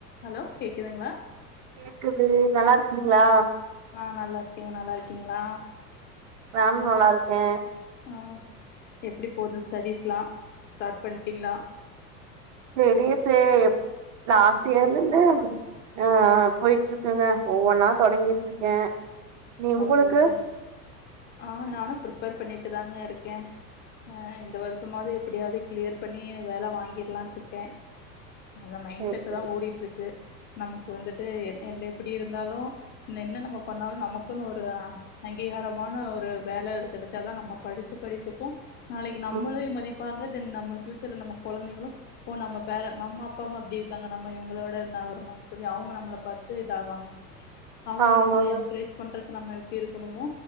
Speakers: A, on the left; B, on the right.
A: Hello கேக்குதுங்களா
B: கேக்குது நல்லா இருக்கீங்களா
A: ஆஹ் நல்லா இருக்கே நல்லா இருக்கீங்களா
B: நானு நல்லா இருக்கே
A: ஆஹ் எப்டி போது ஸ்டடிஸ்லா ஸ்டார்ட் பண்டிங்களா
B: ஸ்டடிஸு லாஸ்ட் இயர்ல இருந்து ஆஹ்ஆஹ் போயிட்டு இருக்குங்க ஒவ்வொன்னா தொடங்கிட் இருக்கே நீ உங்களுக்கு
A: ஓகே ஓகே ஆஹ் நானு ப்ரிப்பேர் பண்ணிட்டு தாங்க இருக்கே ஆஹ் இந்த வருஷமாவது எப்டியாவது கிளியர் பண்ணி வேல வாங்கிரலாணு இருக்கே அந்த மைண்ட்
B: சரி
A: செட்டு
B: சரி
A: தா ஓடிட்டு இருக்கு நமக்கு வந்துட்டு என் எப்டி இருந்தாலு என்ன நம்ம பண்ணாலு நமக் க்குன்னு ஒரு ஆஹ் அங்கீகாரமான ஒரு வேல இது கெடச்சாதா நம்ப படிச்ச படிப்புக்கு நாளைக்கு நம்மளே
B: ம்
A: மதிப் பாங்க தென் நம்ம ஃபியூச்சர்ல நம்ம கொழந்தைகளு ஓ நம்ம பேர நம்ம அப்பா அம்மா அப்டி இருக்காங்க நம்ம இவங்களோட வரணும்னு சொல்லி அவுங்க நம்மள பாத்து இதாவாங்க அவுங்களுக்குனு
B: ஆமாங்க
A: என்கரேஜ் பண்றதுக் நம்ம எப்டி இருக்கணுமோ